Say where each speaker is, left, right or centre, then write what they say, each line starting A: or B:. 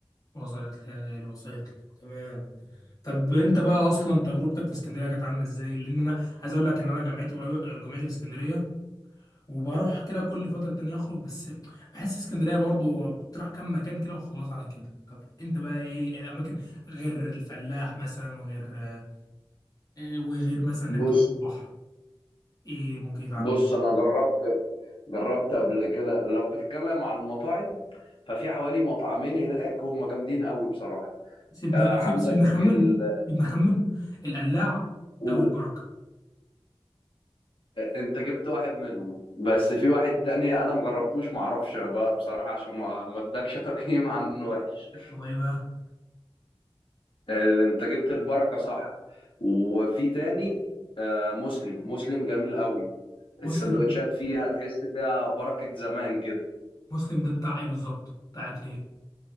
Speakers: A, on the left (about 40°); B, on the left (about 70°).
A: وصلت لي وصلت لي تمام طب انت بقى اصلا تجربتك في اسكندريه كانت عامله ازاي لان انا عايز اقول لك ان انا جامعتي قريبه جامعتي في اسكندريه وبروح كده كل فتره تانية اخرج بس بحس اسكندريه برضو بتروح كام مكان كده وخلاص على كده طب انت بقى ايه ايه الاماكن غير الفلاح مثلا وغير اه، وغير مثلا انك
B: بص
A: تقعد على البحر ايه ممكن يتعمل
B: بص انا جربت جربت قبل كده لو بتتكلم على المطاعم ففي حوالي مطعمين هناك هم جامدين قوي بصراحة
A: سيبنا
B: آه عندك
A: سيب سيبنا خمن
B: ال
A: سيبنا خمن القلاع
B: أوه.
A: او البركه
B: آه، انت جبت واحد منهم بس في واحد تاني انا مجربتوش معرفش بقى بصراحة عشان ما ما ادكش <laughs> تقييم عنه وحش
A: هو ايه بقى
B: آه، انت جبت البركة صح وفي تاني آه، مسلم مسلم جميل قوي السندوتشات
A: مسلم
B: فيها تحس فيها بركة زمان كده
A: مسلم ده بتاع ايه بالظبط بتاع اكل